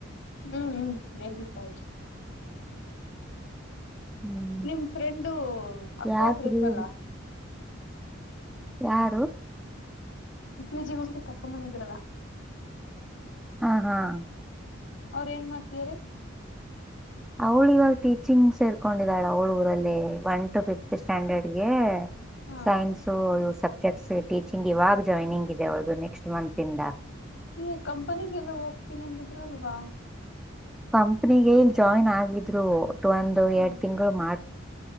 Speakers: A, on the left; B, in the centre.
A: ಹ್ಮ್ ಹ್ಮ್ ಎಜಿ ಸಾರ
B: ಹ್ಮ್
A: ನಿಮ್ ಫ್ರೆಂಡು ಅಕ್ಕ
B: ಯಾಕ್ರೀ
A: ಒಬರು ಇದ್ರಲ್ಲ
B: ಯಾರು
A: ಪಿಜಿ ಮುಗಿಸ್ಕೊಂಡು ಕರ್ಕೊಂಡ್ ಬಂದಿದ್ರಲ್ಲ
B: ಹ್ಮ್ ಹ್ಮ್
A: ಅವ್ರ ಏನ್ ಮಾಡ್ತಾರೆ
B: ಅವಳು ಇವಾಗ ಟೀಚಿಂಗ್ ಸೇರ್ಕೊಂಡಿದ್ದಾಳ ಅವಳ ಊರಲ್ಲಿ ಒನ್ ಟು ಫಿಫತ್ ಸ್ಟ್ಯಾಂಡರ್ಡ್ಗೆ
A: ಹಾ
B: ಸೈನ್ಸ ಸಬ್ಜೆಕ್ಟ್ಸ್ ಟೀಚಿಂಗ್ ಇವಾಗ ಜಾಯ್ನಿಂಗ್ ಇದೆ ಅವ್ರ್ದದು ನೆಕ್ಸ್ಟ್ ಮಂತ್ ಇಂದ
A: ನೀ ಕಂಪನಿಗೆಲ್ಲ ಹೋಗ್ತೀನಿದ್ರು ಅಲ್ವಾ
B: ಕಂಪ್ನಿಗೆ ಇಲ್ ಜಾಯಿನ್ ಆಗಿದ್ರು ಒ ಒಂದು
A: ಹ್ಮ್
B: ಎರಡ್ ತಿಂಗಳು ಮಾಡ್